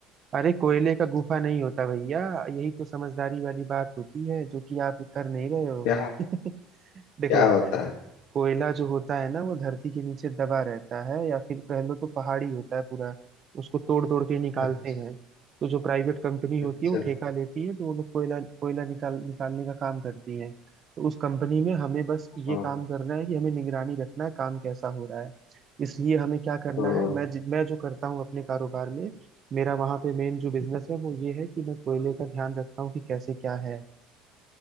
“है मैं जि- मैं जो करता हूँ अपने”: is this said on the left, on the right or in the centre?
Right